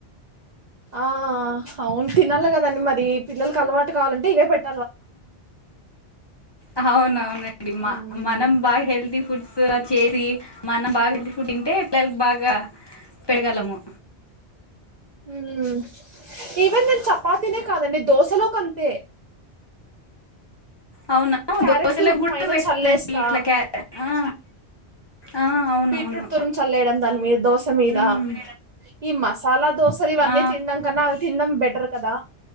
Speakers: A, on the right (about 50°); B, on the left (about 25°).
A: ఆ అవును తినాలి కదాండి మరి పిల్లలలకు అలవాటు కావాలంటే ఇవే పెట్ట
B: ఆ అవునవును అండి
A: ఉమ్
B: మనం బాగా హెల్తీ ఫుడ్ సా చేది మన బాగా ఏందిఫ్ ఫుడ్ తింటే పిల్లలకు బాగా పెరుగలము
A: ఉ ఈవెన్ నేన్ చపాతినే కాదండి దోసలో కంతే
B: అవునా?
A: క్యారెట్
B: దోసలకు
A: తురుం
B: గూడా
A: పైన
B: వేశారండి
A: చల్లేస్తా
B: ఇట్లా క్యా ఆ! ఆ! అవునవును.
A: బీట్రూట్ తురుం చల్లేయడం దాని మీద దోశ మీద
B: హ్మ్.
A: ఈ మసాలా దోశ ఇవన్నీ
B: ఆ!
A: తినడం కన్నా అవి తినడం బెటర్ కదా